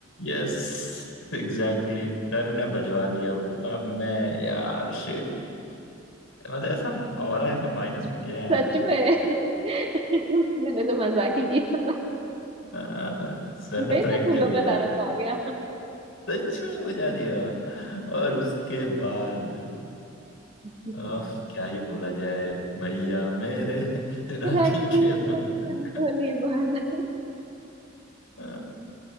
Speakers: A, on the left; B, on the right.
A: यस एग्जैक्टली सर ने बजवा दिया वो अब मैं यार शिट मतलब ऐसा ऑरा ऐसा माइनस में गया है
B: सच
A: ना
B: में मैंने तो मजाक ही किया
A: अ, सर
B: भाई
A: ने प्रैंक
B: मैं फूलों
A: कर दिया
B: का
A: यार
B: तारों का हो गया
A: सच में बजा दिया और उसके बाद
B: <laughs>
A: आ, क्या ही बोला जाए भैया मेरे <laughs> राखी
B: राखी
A: के बंधन
B: बंधन तो निभाना
A: आ,